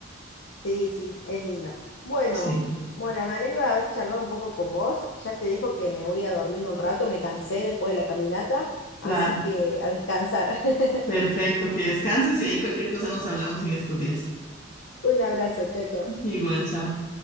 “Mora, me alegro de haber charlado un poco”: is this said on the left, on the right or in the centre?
Left